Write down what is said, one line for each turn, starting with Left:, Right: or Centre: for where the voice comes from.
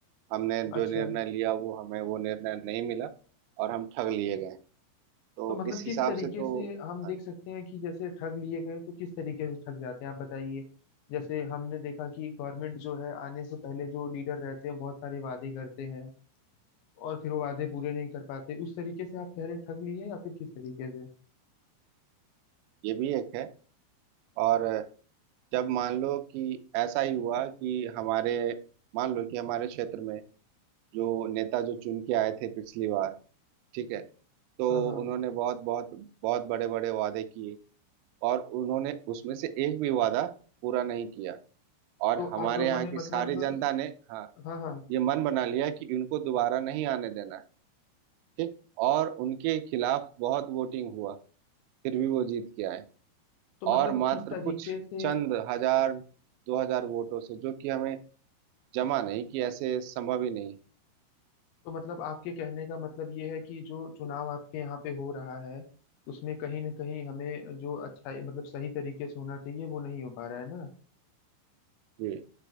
Right: हमने
Left: अच्छा
Right: जो निर्णय लिया वो हमें वो निर्णय नहीं मिला और हम ठग लिए गए तो
Left: तो मतलब
Right: इस
Left: किस
Right: हिसाब
Left: तरीके
Right: से तो
Left: से हम
Right: अच्छा,
Left: देख सकते हैं कि जैसे ठग लिए गए तो किस तरीके से ठग जाते हैं आप बताइए जैसे हमने देखा कि गवर्नमेंट जो है आने से पहले जो लीडर रहते हैं बहुत सारे वादे करते हैं और फिर वो वादे पूरे नहीं कर पाते उस तरीके से आप कह रहे हैं ठग लिए या फिर किस तरीके से
Right: ये भी एक है और जब मान लो कि ऐसा ही हुआ कि हमारे मान लो कि हमारे क्षेत्र में जो नेता जो चुन के आए थे पिछली बार ठीक है तो
Left: हाँ हाँ
Right: उन्होंने बहुत बहुत बहुत बड़े बड़े वादे किए और उन्होंने उसमें से एक भी वादा पूरा नहीं किया और
Left: तो
Right: हमारे
Left: आप लोगों
Right: यहाँ
Left: ने
Right: की
Left: मतलब
Right: सारी जनता ने हाँ
Left: हाँ हाँ
Right: ये मन बना लिया कि इनको दोबारा नहीं आने देना ठीक और उनके खिलाफ बहुत वोटिंग हुआ फिर भी वो जीत के आए
Left: तो मतलब
Right: और मात्र
Left: किस तरीके
Right: कुछ
Left: से
Right: चंद हजार दो हजार वोटों से जो कि हमें जमा नहीं कि ऐसे संभव ही नहीं
Left: तो मतलब आपके कहने का मतलब ये है कि जो चुनाव आपके यहाँ पे हो रहा है उसमें कहीं ना कहीं हमें जो अच्छा मतलब सही तरीके से होना चाहिए वो नहीं हो पा रहा है ना
Right: जी